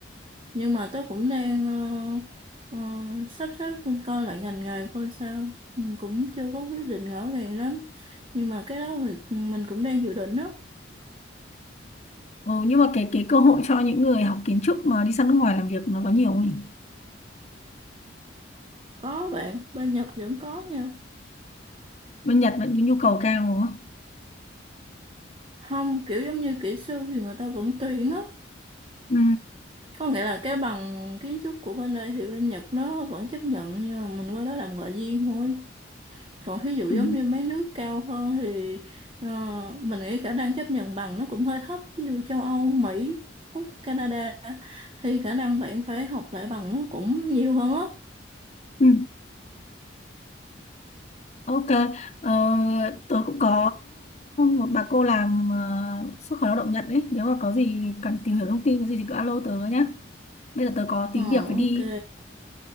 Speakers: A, on the right (about 25°); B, on the left (about 35°).
A: nhưng mà tớ cũng đang ờ, ờ, sắp xếp coi lại ngành nghề coi sao ừ, cũng chưa có quyết định rõ ràng lắm nhưng mà cái đó thì mình cũng đang dự định đó
B: ừ, nhưng mà cái cái cơ hội cho những người học kiến trúc mà đi sang nước ngoài làm việc nó có nhiều không nhỉ?
A: có bạn bên Nhật vẫn có nha
B: Bên Nhật vẫn nhu cầu cao đúng không?
A: không kiểu giống như kỹ sư thì người ta vẫn tuyển á
B: Ừ.
A: có nghĩa là cái bằng kiến trúc của bên đây thì bên Nhật nó vẫn chấp nhận nhưng mà mình qua đó làm ngoại viên thôi còn ví dụ
B: Ừ.
A: giống như mấy nước cao hơn thì ờ, mình nghĩ khả năng chấp nhận bằng nó cũng hơi thấp ví dụ châu Âu Mỹ Úc Canada thì khả năng bạn phải học lại bằng nó cũng nhiều hơn á
B: Ừ. Ok. Ờ, tớ cũng có một bà cô làm ờ, xuất khẩu lao động Nhật đấy. Nếu mà có gì cần tìm hiểu thông tin cái gì thì cứ alo tớ nhé. Bây giờ tớ có tí
A: ờ
B: việc phải
A: ok
B: đi.